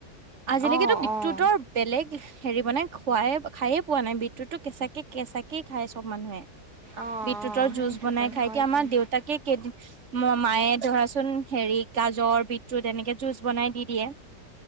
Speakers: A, on the right; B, on the right.
A: আজিলৈকেতো
B: অঁ
A: বিটৰুটৰ
B: অঁ
A: বেলেগ হেৰি মানে খুৱাই খায়ে পোৱা নাই বিটৰুটতো কেঁচাকে-কেঁচাকে খায় চব মানুহে।
B: অঁ অঁ
A: বিটৰুটৰ
B: সেইটোতোন
A: জুচ বনাই খাই
B: হয়তোন
A: এতিয়া আমাৰ দেউ তাকে কেইদিন ম- মায়ে ধৰাচোন হেৰি গাজৰ বিট ৰুট এনেকে জুচ বনাই দি দিয়ে।